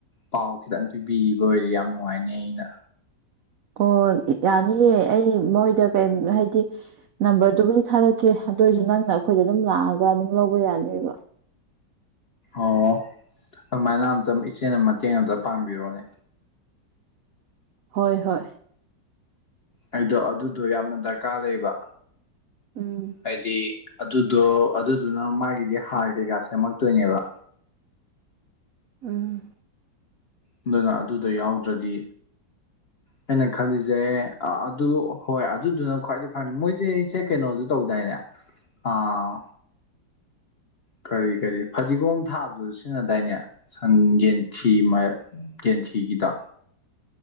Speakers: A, on the left; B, on the right.
A: ꯄꯥꯎ ꯈꯤꯇꯪ ꯄꯤꯕꯤꯕ ꯑꯣꯏꯔꯦ ꯌꯥꯝ ꯅꯨꯡꯉꯥꯏꯅꯦ ꯑꯩꯅ
B: ꯑꯣ ꯌꯥꯅꯤꯑꯦ ꯑꯩ ꯃꯣꯏꯗ ꯀꯩ ꯍꯥꯏꯗꯤ ꯅꯝꯕꯔꯗꯨꯕꯨꯗꯤ ꯊꯥꯔꯛꯀꯦ ꯑꯗꯨꯏꯁꯨ ꯅꯪꯅ ꯑꯩꯈꯣꯏꯗ ꯑꯗꯨꯝ ꯂꯥꯛꯑꯒ ꯑꯗꯨꯝ ꯂꯧꯕ ꯌꯥꯅꯦꯕ
A: ꯑꯣ ꯑꯗꯨꯃꯥꯏꯅ ꯑꯝꯇ ꯏꯆꯦꯅ ꯃꯇꯦꯡ ꯑꯃꯝꯇ ꯄꯥꯡꯕꯤꯔꯣꯅꯦ
B: ꯍꯣꯏ ꯍꯣꯏ
A: ꯑꯩꯗꯣ ꯑꯗꯨꯗꯣ ꯌꯥꯝꯅ ꯗꯔꯀꯥꯔ ꯂꯩꯕ
B: ꯎꯝ
A: ꯍꯥꯏꯗꯤ ꯑꯗꯨꯗꯣ ꯑꯗꯨꯗꯨꯅ ꯃꯥꯒꯤꯗꯤ ꯍꯥꯔ ꯀꯩꯀꯥ ꯁꯦꯝꯃꯛꯇꯣꯏꯅꯦꯕ
B: ꯎꯝ
A: ꯑꯗꯨꯅ ꯑꯗꯨꯗꫭ ꯌꯥꯎꯗ꯭ꯔꯗꯤ ꯑꯩꯅ ꯈꯜꯂꯤꯁꯦ ꯑꯗꯨ ꯍꯣꯏ ꯑꯗꯨꯗꯨꯅ ꯈ꯭ꯋꯥꯏꯗꯒꯤ ꯐꯅꯤ ꯃꯣꯏꯁꯦ ꯏꯌꯦ ꯀꯩꯅꯣꯁꯨ ꯇꯧꯗꯥꯏꯅꯦ ꯑꯥ ꯀꯔꯤ ꯀꯔꯤ ꯐꯗꯤꯒꯣꯝ ꯊꯥꯕꯗꯨ ꯁꯤꯖꯤꯟꯅꯗꯥꯏꯅꯦ ꯁꯟ ꯌꯦꯟ ꯊꯤ ꯃꯩ ꯦꯟꯁꯤꯒꯤꯗ